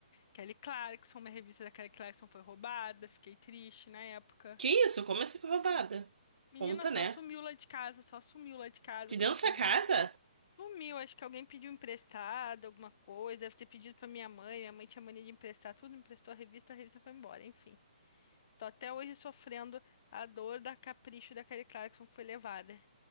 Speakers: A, on the left (about 35°); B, on the right (about 80°).
A: Kelly Clarkson, uma revista da Kelly Clarkson foi roubada, fiquei triste na época.
B: Que isso? Como assim foi roubada?
A: Menina,
B: Conta,
A: só
B: né?
A: sumiu lá de casa, só sumiu lá de casa
B: De
A: quando
B: dentro
A: eu fui.
B: dessa casa?
A: Sumiu, acho que alguém pediu emprestado, alguma coisa, deve ter pedido pra minha mãe, minha mãe tinha mania de emprestar tudo, emprestou a revista, a revista foi embora, enfim. Tô até hoje sofrendo a dor da capricho da Kelly Clarkson que foi levada.